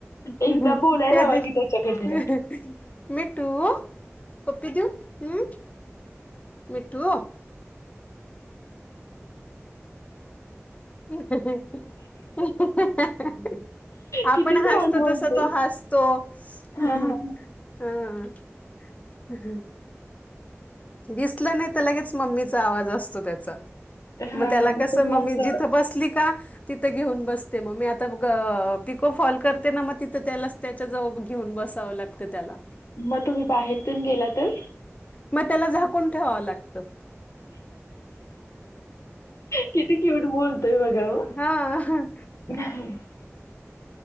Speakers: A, on the left; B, on the left.
A: एकदा
B: हा
A: बोलायला
B: त्या
A: लावा
B: दीवशी
A: की त्याच्याकडनं.
B: -अं हो अं हं मिठू पप्पी देऊ हम्म मिठू. <unintelligible> आपण
A: किती छान
B: हसतो
A: बोलते.
B: तस तो हसतो अं-
A: हां, हां.
B: अ ह दिसलं नाही तर लगेच मम्मीचा आवाज असतो त्याचा
A: हां,
B: मग त्याला
A: हां.
B: कस
A: तुम्ही
B: मगमी
A: असं
B: जिथं बसली का. तिथे घेऊन बसते मग मी आता ग पिको फॉल करते ना, मग तिथं त्याला त्याच्या जवळ घेऊन बसावं लागत. फक्त त्याला.
A: मग तुम्ही बाहेरतून गेला तर?
B: मग त्याला झाकून ठेवावं लागतं.
A: किती क्यूट बोलतोय बघा हो.
B: <inaudible> ह.
A: <inaudible>